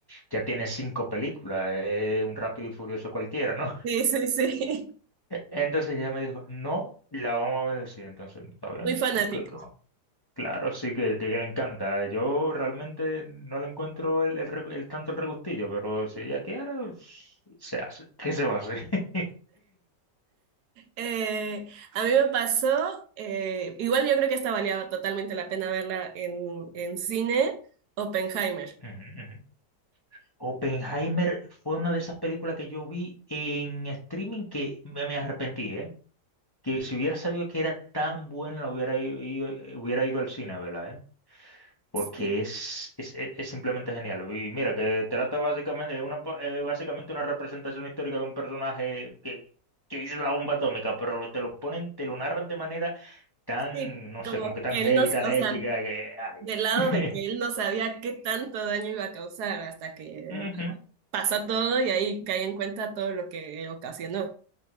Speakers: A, on the left; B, on the right.
A: ya tiene cinco películas, es un Rápido y Furioso cualquiera, ¿no?
B: sí, sí, sí.
A: <laughs> Entonces ella me dijo, no, la vamos a ver en el cine, entonces, ¿está bien?
B: <laughs> Muy fanática.
A: ¿Por qué que vamos? Claro, sí que, que le encanta. Yo realmente no le encuentro el, el re- el tanto el regustillo, pero si ella quiere, pues, se hace. <laughs> ¿Qué se va a hacer? <laughs>
B: Eh, a mí me pasó, eh, igual yo creo que esta valía totalmente la pena verla en, en cine, Oppenheimer.
A: Ujú, ujú. Oppenheimer fue una de esas películas que yo vi en streaming que me, me arrepentí, ¿eh? Que si hubiera sabido que era tan buena, la hubiera ido, ido- hubiera ido al cine, ¿verdad? porque
B: Sí,
A: es, es, es- es simplemente genial. Y mira, que trata básicamente, es una, pa- eh, básicamente una representación histórica de un personaje que, que hizo la bomba atómica, pero te lo ponen, te lo narran de manera tan,
B: sí,
A: no
B: como
A: sé, como que tan
B: que
A: heavy,
B: él nos,
A: tan
B: o
A: épica,
B: sea,
A: que, ay.
B: del lado
A: <laughs>
B: de que él no sabía qué tanto daño iba a causar hasta que
A: Ujú,
B: pasa todo y ahí cae en cuenta todo lo que ocasionó.